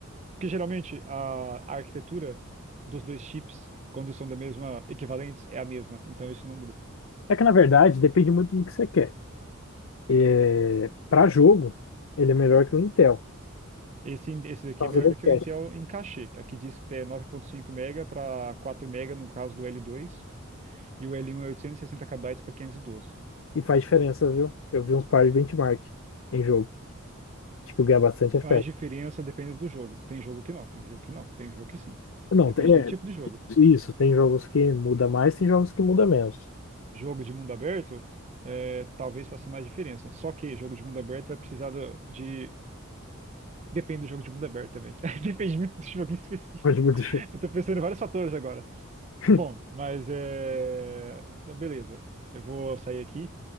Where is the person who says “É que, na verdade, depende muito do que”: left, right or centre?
Left